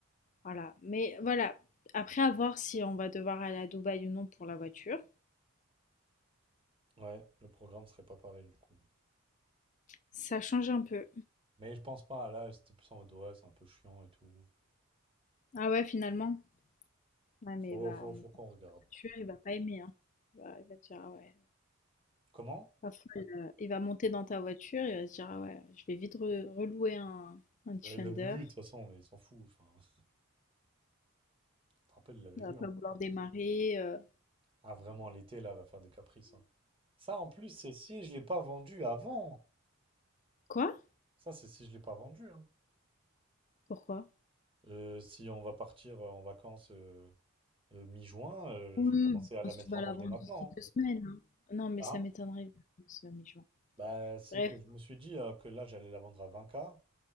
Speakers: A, on the left (about 35°); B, on the right (about 25°).
A: voilà. Mais voilà, après à voir si on va devoir aller à Dubaï ou non pour la voiture.
B: Ouais, le programme serait pas pareil, du coup.
A: Ça change un peu.
B: Mais je pense pas, là, c'était plus en mode, ouais, c'est un peu chiant et tout.
A: Ah ouais, finalement.
B: Ouais.
A: Ouais, mais
B: Faut,
A: il va
B: faut-
A: monter
B: faut qu'on
A: dans
B: regarde.
A: la voiture, il va pas aimer, hein. Il va, il va dire ah ouais,
B: Comment?
A: pas folle. euh. Il va monter dans ta voiture, il va se dire ah ouais, je vais vite re- relouer un, un Defender.
B: Bah, il l'avait vu, de toute façon, mais il s'en fout. Enfin, <laughs> tu te rappelles, il l'avait
A: Il
B: vu,
A: va pas
B: hein.
A: vouloir démarrer. euh.
B: Ah, vraiment, l'été, là, va faire des caprices, hein. Ça, en plus, c'est si je l'ai pas vendu avant.
A: Quoi?
B: Ça, c'est si je l'ai pas vendu, hein.
A: Pourquoi?
B: Euh, si on va partir euh, en vacances... euh, euh, mi-juin, euh,
A: Oui,
B: je vais commencer à la
A: parce
B: mettre
A: que tu vas
B: en vente
A: la vendre
B: dès maintenant.
A: d'ici deux semaines. hein. Non, mais
B: hein.
A: ça m'étonnerait.
B: Hein
A: que ça soit mi-juin.
B: Bah, c'est
A: Bref,
B: que je me suis dit euh, que là, j'allais la vendre à 20K.